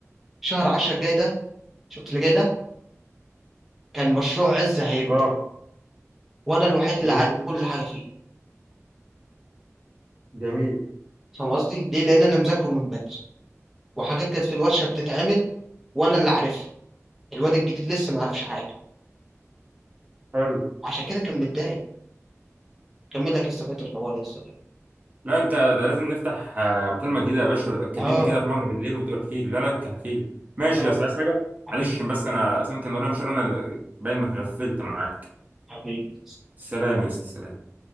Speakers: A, in the centre; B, on the right.
A: شهر 10 الجاي ده شفت اللي جاي ده كان مشروع عز هيبدا
B: اه
A: وانا الوحيد اللي
B: جميل
A: عارف كل حاجه فيه
B: جميل
A: فاهم قصدي ليه لان انا مذاكره من بدري وحاجات كانت في الورشه بتتعمل وانا اللي عارفها الواد الجديد لسه ما يعرفش حاجه
B: حلو
A: عشان كده كان متضايق كمل لك يا اسطى بقية الحوار يا اسطى ده.
B: لا انت ده لازم نفتح آه، مكالمه جديده يا باشا ويبقى تكلمني
A: اه
B: كده في مره بالليل وتقول احكي لي لا لا احكي لي ماشي
A: اه
B: يا اسطى عايز حاجه
A: حبيبي
B: معلش بس انا اصلا كان ورايا مشوار انا باين ما غفلت معاك
A: حبيبي
B: سلام يا اسطى سلام